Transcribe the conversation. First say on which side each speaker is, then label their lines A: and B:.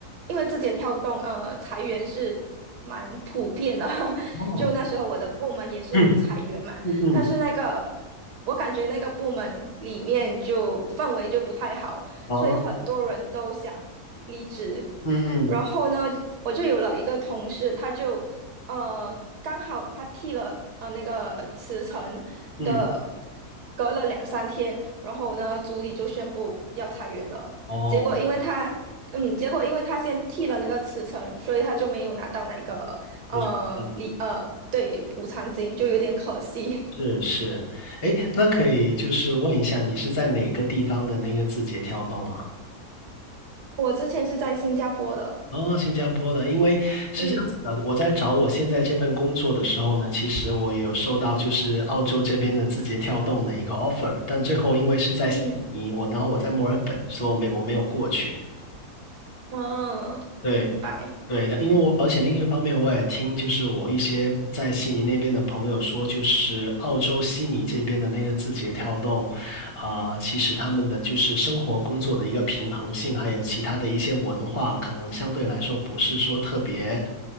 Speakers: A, on the right (about 80°); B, on the left (about 35°).
A: 因为字节跳动呃裁员是蛮普遍的，<laughs>
B: 哦，
A: 就那时候我的部门也是有裁员嘛，
B: <clears throat> 嗯嗯嗯，
A: 但是那个我感觉那个部门里面就氛围就不太好，
B: 哦，
A: 所以很多人都想离职。
B: 嗯嗯
A: 然后呢，我就有了一个同事，他就。呃。刚好他剃了呃那个辞呈的，
B: 嗯，
A: 隔了两三天，然后呢，组里就宣布要裁员了。
B: 哦，
A: 结果因为他，嗯，结果因为他先剃了那个辞呈，所以他就没有拿到那个呃离呃对补偿金，
B: 我嗯
A: 就有点可惜。
B: 是是，哎，那可以就是问一下，你是在哪个地方的那个字节跳动吗？
A: <laughs> 我之前是在新加坡的，
B: 哦，新加坡的，因为是这样子的，
A: 嗯
B: 我在找我现在这份工作的时候呢，其实我也有收到就是澳洲这边的字节跳动的一个 offer，但最后因为是在悉尼，
A: 嗯
B: 我然后我在墨尔本，所以我没我没有过去。
A: 嗯，
B: 对，
A: 明白，
B: 对的，因为我而且另一方面，我也听就是我一些在悉尼那边的朋友说，就是澳洲悉尼这边的那个字节跳动，啊、其实他们的就是生活工作的一个平衡性，还有其他的一些文化，可能相对来说不是说特别，